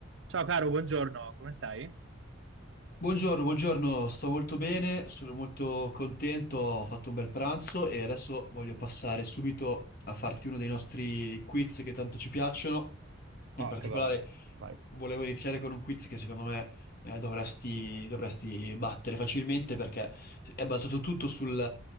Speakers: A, on the right; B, on the left.
A: Ciao caro, buongiorno, come stai?
B: Buongiorno, buongiorno, sto molto bene, sono molto contento, ho fatto un bel pranzo e adesso voglio passare subito a farti uno dei nostri quiz che tanto ci piacciono.
A: Ah,
B: In particolare
A: che bello. Vai.
B: volevo iniziare con un quiz che secondo me eh, dovresti, dovresti battere facilmente perché è basato tutto sul,